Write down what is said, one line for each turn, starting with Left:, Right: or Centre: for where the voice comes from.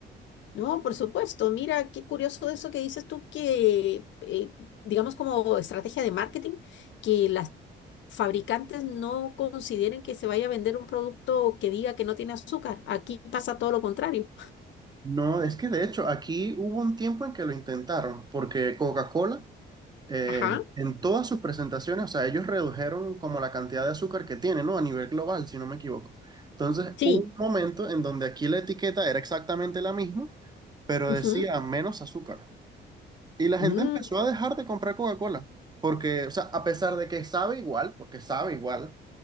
Left: No, por supuesto. Mira, qué curioso eso que dices tú, que eh, digamos como estrategia de marketing, que las fabricantes no consideren que se vaya a vender un producto que diga que no tiene azúcar. Aquí pasa todo lo contrario.
Right: No, es que de hecho aquí hubo un tiempo en que lo intentaron, porque Coca-Cola eh,
Left: Ajá,
Right: en todas sus presentaciones, o sea, ellos redujeron como la cantidad de azúcar que tiene, ¿no? A nivel global, si no me equivoco. Entonces,
Left: sí.
Right: hubo un momento en donde aquí la etiqueta era exactamente la misma, pero
Left: ujú,
Right: decía menos azúcar. Y la gente
Left: mm,
Right: empezó a dejar de comprar Coca-Cola, porque, o sea, a pesar de que sabe igual, porque sabe igual,